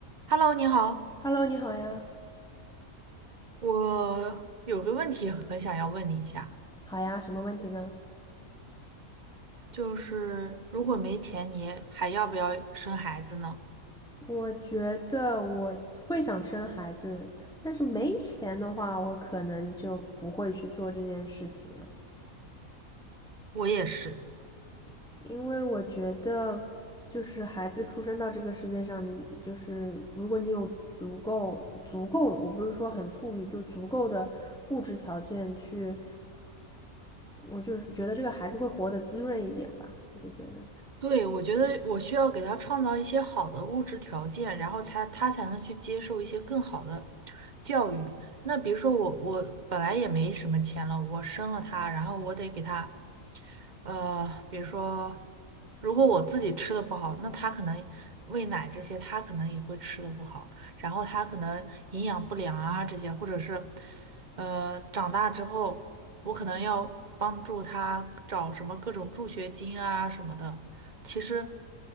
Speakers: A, on the right; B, in the centre.
A: Hello，你好，
B: Hello，你好呀，
A: 我有个问题很想要问你一下，
B: 好呀，什么问题呢？
A: 就是如果没钱，你还要不要生孩子呢？
B: 我觉得我是会想生孩子，但是没钱的话，我可能就不会去做这件事情了，
A: 我也是，
B: 因为我觉得，就是孩子出生到这个世界上，你就是如果你有足够足够，我不是说很富裕，就足够的物质条件去，我就是觉得这个孩子会活得滋润一点吧，我就觉得。
A: 对，我觉得我需要给他创造一些好的物质条件，然后才他才能去接受一些更好的教育。那比如说我我本来也没什么钱了，我生了他，然后我得给他，呃，比如说，如果我自己吃的不好，那他可能喂奶这些，他可能也会吃的不好，然后他可能营养不良啊这些，或者是，呃，长大之后我可能要帮助他找什么各种助学金啊什么的。其实